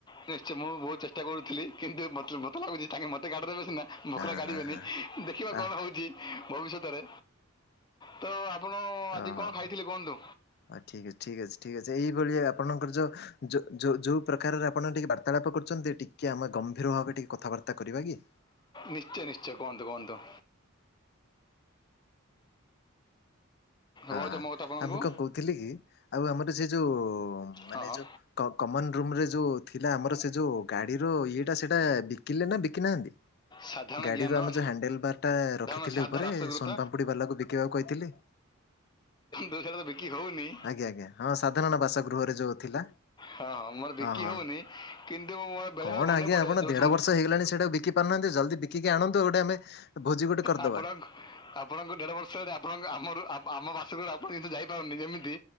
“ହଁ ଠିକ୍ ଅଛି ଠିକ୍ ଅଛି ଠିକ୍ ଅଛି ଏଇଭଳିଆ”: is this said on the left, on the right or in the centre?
Left